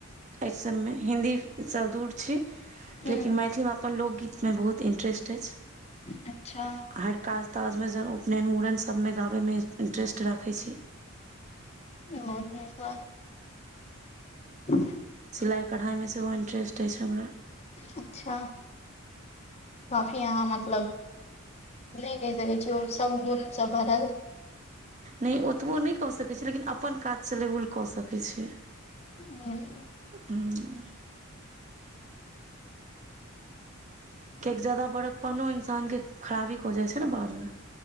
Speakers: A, on the right; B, on the left.
A: ए सब में हिन्दी स दूर छी
B: हूँ
A: लेकिन मैथिली में अपन लोकगीत में बहुत इन्टरेस्ट अछि छ,
B: अच्छा
A: हर काज प काज में जब उपनैन, मूड़न सबमें गाबैमे इन्टरेस्ट राखै छै
B: बहोत निक बात। <unintelligible>
A: सिलाई-कढ़ाए में सेहो इंटरेस्ट अछि छ हमरा।
B: अच्छा काफी अहाँ मतलब नै कह सकै छी ओ सब गुण स भरल
A: नै ओतबो नै कह सकै छी लेकिन अपन काज चलेबुल क सकै छै
B: ओ।
A: हम्म। कियाकि ज्यादा बड़कपनो इंसान के खराबी क जाए छै न बाद में।